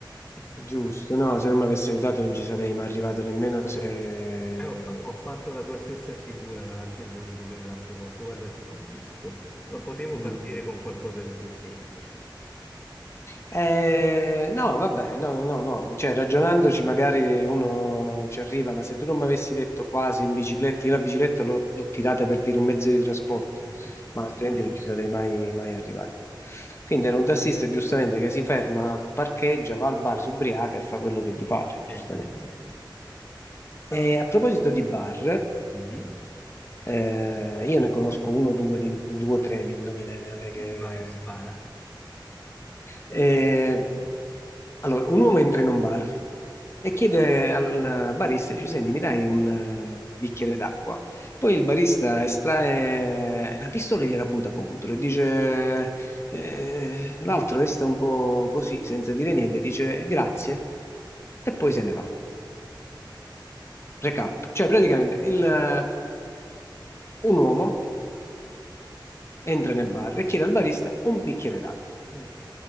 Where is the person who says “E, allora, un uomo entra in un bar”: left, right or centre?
Left